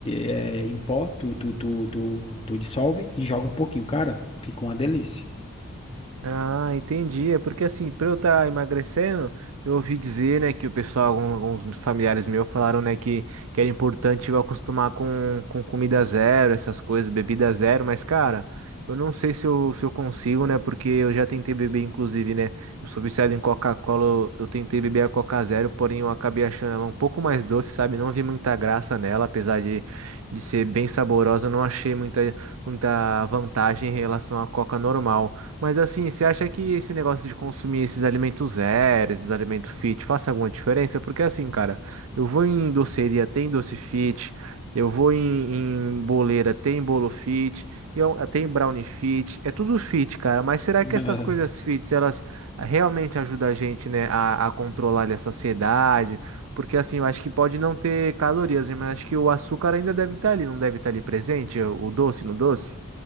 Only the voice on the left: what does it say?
eh, em pó, tu, tu, tu, tu, tu dissolve e joga um pouquinho, cara, fica uma delícia.
<laughs>